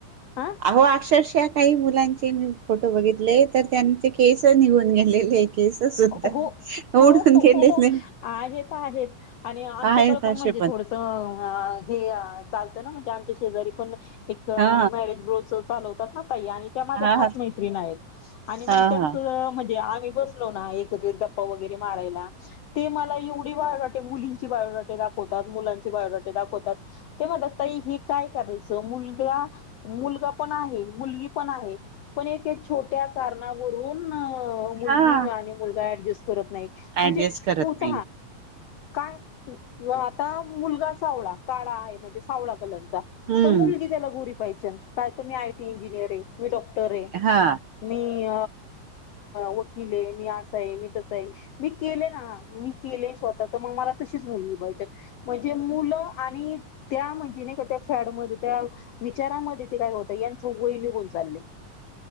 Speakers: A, on the left; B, on the right.
A: हं
B: अहो अक्षरशः काही मुलांचे मी फोटो बघितले तर त्यांचे केस निघून गेलेले केस सुद्धा
A: हो
B: नाही
A: हो
B: उडून गेलेले
A: आहेत आहेत आणि आमच्याकडें
B: आहेत
A: पण
B: असे
A: म्हण म्हणजे थोडस हे चालत ना म्हणजे आमच्या शेजारी पण एक मॅरेज
B: हा
A: बो चालवतात ना त्या माझ्या
B: हा
A: खास मैत्रीण आहेत आणि मग
B: हा
A: त्यांच
B: हा
A: म्हणजे आम्ही बसलो ना गप्पावगैरे माराय ला मला ते एवढी बायोडाटे मुलींची बायोडाटे दाखवतात मुं बायोडाटा दाखवतात ते म्हणतात ताइ हे काय करायचं मुलगा मुलगा पण आहे मुलगी पण आहे पण एक छोट्या कारणावरून मुलगी
B: हा
A: आणि मुलगा ऍडजस्ट करत नाही म्हणजे
B: ऍडजस्ट करत
A: पत
B: नाही
A: काय आता मुलगा सावळा काळा आहे म्हणजे सावळा कलर पण
B: हम्म
A: मुली त्याला गरी पाहिे काय मी आयटी इंजिनियर आहे मी डॉक्टर आहे
B: हा
A: मी वकील आहे मी आहे मी तसं आहे मी केलेय ना मी केलेय स्वतः तर मग मला तशीच मुलगी पाहिजे म्हणजे मुलं आणि त्या म्हणजे नाही का त्या फॅडमध्ये त्या विचारामध्ये ते काय होत यांचं वय निघून चाललं